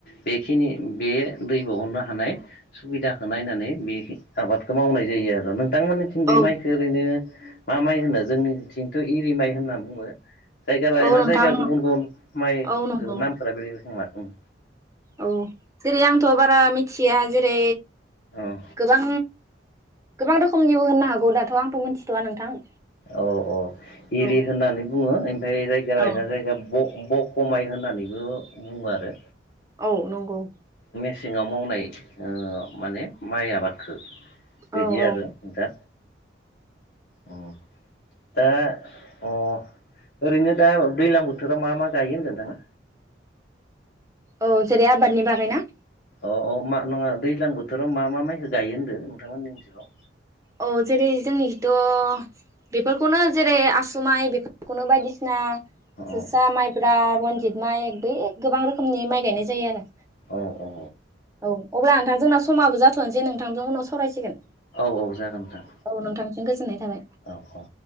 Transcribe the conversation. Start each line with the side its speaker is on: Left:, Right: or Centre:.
Left: बेखिनि बे दै बहरनो हानाय सुबिदाखौ नायनानै बे आबादखौ मावनाय जायो आरो नों नोंथांमोननिथिं बे
Right: औ
Left: माइखो ओरैनो मा माइ होनो जोंनिथिंथ' इरि माइ होनना बुङो। जायगा लायोना
Right: औ नोंथां
Left: जायगा गुबुन गुबुन माइखो
Right: औ नंगौ
Left: नामफोरा बेलेग बेलेगखोमा उम
Right: औ जेरै आंथ' बारा मिथिया जेरै
Left: अ
Right: गोबां गोबां रोखोमनिबो होननो हागौ दाथ' आंथ' मोनथिथ'वा नोंथां।
Left: औ औ एरि
Right: औ
Left: होननानै बुङो ओमफाय जायगा लायना
Right: औ
Left: जायगा ब बख माइ होननानैबो बुङो आरो।
Right: औ नंगौ।
Left: सेंङाव मावनाय ओ माने माइ आबाद खो बिदि
Right: औ औ
Left: आरो नोंथा। उम दा अ ओरैनो दा दैजलां बोथोराव मा मा गायो होनदों नोंथांङा?
Right: औ जेरै आबादनि बागैना?
Left: अ अ मा नङा दैज्लां बोथोराव मा मा माइखौ गायो होन्दों नोंथांमोननि ओनसोलाव
Right: औ जेरै जोंनिखिथ' बेफोरखौनो जेरै आसुमाइ बेफोरखौनो बायदिसिना
Left: औ औ
Right: जोसारा माइब्रा रनजित माइ बे गोबां रोखोमनि माइ गायनाय जायो आरो।
Left: औ औ
Right: औ अब्ला नोंथां जोंना समाबो जाथ'नोसै नोंथांजों उनाव सावरायसिगोन।
Left: औ औ जागोन नोंथां
Right: औ नोंथांसिम गोजोननाय थाबाय।
Left: औ औ